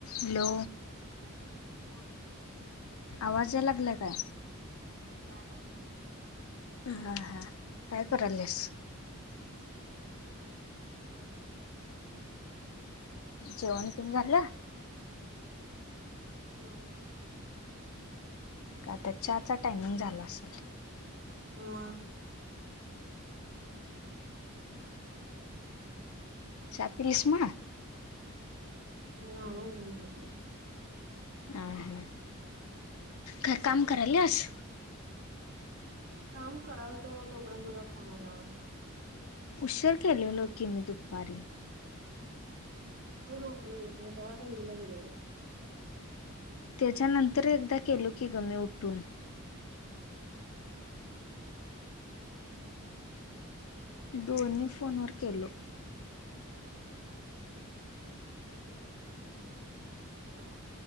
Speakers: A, on the left (about 75°); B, on the right (about 75°).
A: हॅलो
B: बोल
A: आवाज याय लागला काय
B: याला बोल
A: हा हां काय करा लस
B: आ मा बसली
A: जेवण तीम झालं
B: जेऊनु घे
A: आता चहाचा टायमिंग झाला असाल
B: उवा
A: चहापिलीसमा
B: उनायानीजिभि
A: ह हां घरकाम करायलेस
B: काम कराल तो तोपर्यंत तुझा फोनआला
A: उशर केलेलो की मी दुपारी
B: तू जुकलेलीस मी तेव्हा भंडीला गेलेलो
A: त्याच्यानंतर एकदा केलो की ग मी उठून
B: तवाआम्ही खाली गेलतो संथडा
A: दोन्ही फोन वर केले
B: हॅलो